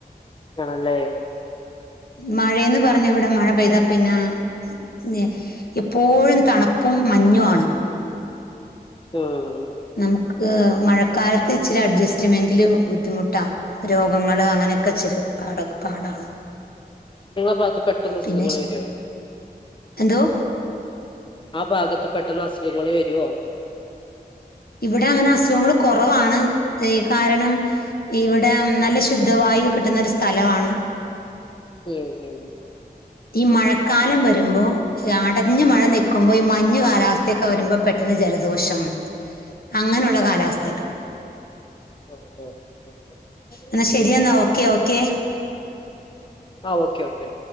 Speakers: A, on the left (about 30°); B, on the left (about 65°).
A: ആണല്ലേ
B: മഴയന്ന് പറഞ്ഞ ഇവിടെ മഴ പെയ്താ പിന്നെ എപ്പോഴും തണുപ്പും മഞ്ഞും ആണ്
A: ഉം
B: നമുക്ക് മഴ കാലത്ത് ഇച്ചിരി അഡ്സ്റ്റ്മെന്റില് ബുദ്ധിമുട്ടാ രോഗങ്ങള് അങ്ങനെയൊക്കെ <unintelligible> പാട പാടാണ്
A: നിങ്ങള ഭാഗത്ത് പെട്ടന്ന് അസുഖങ്ങൾ
B: പിന്നെ
A: വരോ
B: എന്തോ
A: ആ ഭാഗത്ത് പെട്ടെന്ന് അസുഖങ്ങൾ വരുവോ
B: ഇവിടെ അങ്ങനെ അസുഖങ്ങൾ കുറവാണ് കാരണം ഇവിടെ നല്ല ശുദ്ധവായു കിട്ടുന്ന ഒരു സ്ഥലവാണ്
A: ഉം ഉം
B: ഈ മഴക്കാലം വരുമ്പോ അടഞ്ഞു മഴ നിൽക്കുമ്പോ ഈ മഞ്ഞു കാലാവസ്ഥയൊക്കെ വരുമ്പോ പെട്ടെന്ന് ജലദോഷം അങ്ങനെയുള്ള
A: ഉം
B: കാലാവസ്ഥയൊക്കെ ഉണ്ടാവും
A: ഉം, ഉം, ഉം.
B: എന്നാ ശരിയെന്നാ ഓക്കെ ഓക്കെ
A: ആഹ് ഓക്കെ ഓക്കെ